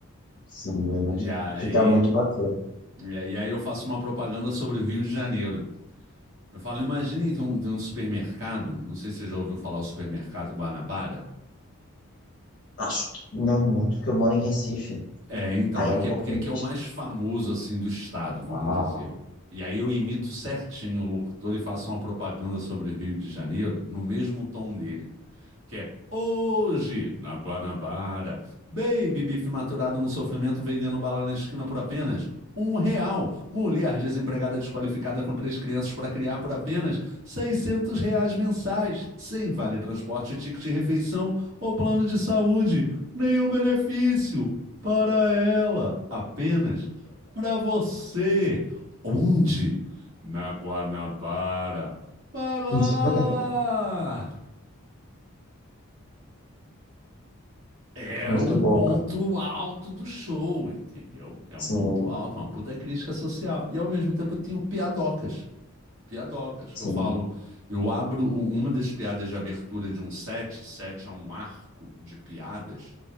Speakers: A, on the left; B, on the right.
A: Sim, é muito,
B: E aí,
A: fica muito bacana.
B: e aí e aí eu faço uma propaganda sobre o Rio de Janeiro. Eu falo, imagine tem um, tem um supermercado, não sei se você já ouviu falar o supermercado Guanabara.
A: Acho que não muito, porque eu moro em Recife.
B: É, então,
A: Aí
B: aqui
A: é um pouco
B: é porque
A: mais
B: aqui é o mais famoso assim do estado, vamos
A: complicado.
B: dizer. E aí eu imito certinho o locutor e faço uma propaganda sobre o Rio de Janeiro no mesmo tom dele que é hoje, na Guanabara. Baby bife maturado no sofrimento vendendo bala na esquina por apenas um real. Mulher desempregada desqualificada com três crianças para criar por apenas 600 reais mensais, sem vale transporte, ticket de refeição ou plano de saúde. Nenhum benefício para ela, apenas para você. Onde? Na Guanabara. Vai lá!
A: <laughs>
B: É
A: Muito
B: um
A: bom,
B: ponto
A: cara.
B: alto do show, entendeu? É
A: Sim,
B: um ponto alto, é uma puta crítica social. E ao mesmo tempo eu tenho piadocas, piadocas,
A: sim,
B: que eu falo, eu abro u- uma das piadas de abertura de um set, set é um arco de piadas